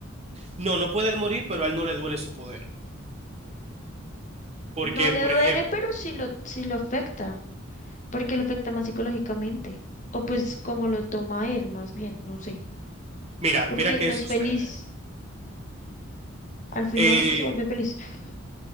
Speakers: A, on the right; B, on the left.
A: no, no puede morir, pero a él no le duele su poder. Porque,
B: No le
A: por
B: duele,
A: ejemplo,
B: pero sí lo, sí lo afecta, porque lo afecta más psicológicamente. O pues como lo toma él, más bien, no sé.
A: mira,
B: Porque
A: mira qué
B: él no es
A: sucede.
B: feliz. Al final
A: Eh,
B: es que se vuelve feliz. <laughs>